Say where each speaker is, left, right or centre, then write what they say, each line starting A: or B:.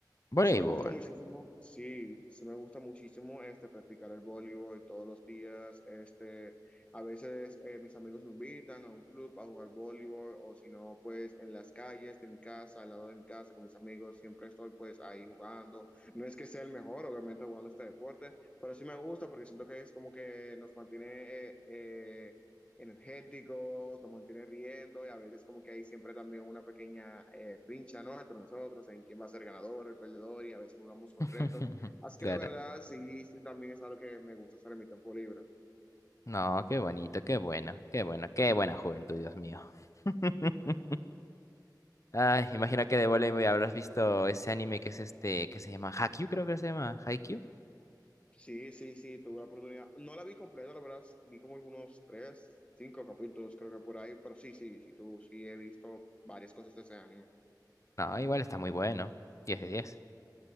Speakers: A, on the left (about 45°); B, on the left (about 15°).
A: Voleibol.
B: Sí me gusta muchísimo, sí, sí me gusta muchísimo este practicar el voleibol todos los días, este, a veces eh, mis amigos me invitan a un club a jugar voleibol o si no pues en las calles de mi casa, al lado de mi casa con mis amigos, siempre estoy pues ahí jugando. No es que sea el mejor, obviamente jugando este deporte, pero sí me gusta porque siento que es como que nos mantiene eh, eh, energéticos, nos mantiene riendo y a veces como que hay siempre también una pequeña eh, rincha, ¿no? Entre nosotros, en quién va a ser ganador, el perdedor y a veces jugamos con
A: <laughs>
B: retos. Así
A: Claro.
B: que la verdad, sí, sí también es algo que me gusta hacer en mi tiempo libre.
A: No, qué bonito, qué bueno, qué bueno, qué buena juventud, Dios mío. <laughs> Ay, imagino que de
B: Sí,
A: voleibol
B: la verdad
A: habrás
B: que
A: visto
B: sí.
A: ese anime que es este, que se llama Haikyuu, creo que se llama Haikyuu.
B: Sí, sí, sí, tuve la oportunidad. No la vi completa, la verdad, vi como algunos tres, cinco capítulos creo que por ahí, pero sí, sí, sí, tú, sí he visto varias cosas de ese anime.
A: No, igual está muy bueno. Diez de 10.